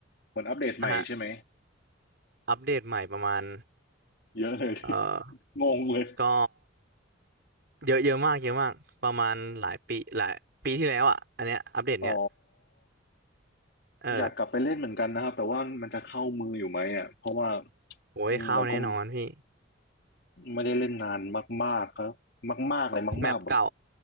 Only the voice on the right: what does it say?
อ่ะฮะอัปเดตใหม่ประมาณ
เออ
ก็เยอะเยอะมากเยอะมากประมาณหลายปีหลายปีที่แล้วอ่ะอันเนี้ยอัปเดตเนี้ย
เออ
โอ้ยเข้าแน่นอนพี่
แมปเก่า